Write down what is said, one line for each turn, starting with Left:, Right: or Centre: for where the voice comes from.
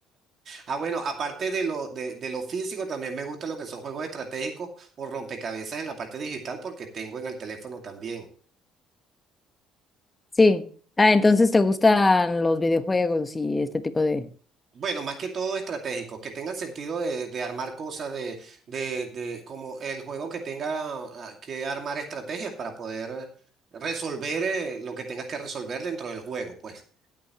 Right: Ah, bueno, aparte de lo, de, de lo físico, también me gusta lo que son juegos estratégicos o rompecabezas en la parte digital porque tengo en el teléfono también.
Left: Sí. Ah, entonces te gustan los videojuegos y este tipo de...
Right: Bueno, más que todo estratégico, que tengan sentido de, de armar cosas, de, de, de como el juego que tenga ah, que armar estrategias para poder resolver eh, lo que tengas que resolver dentro del juego, pues.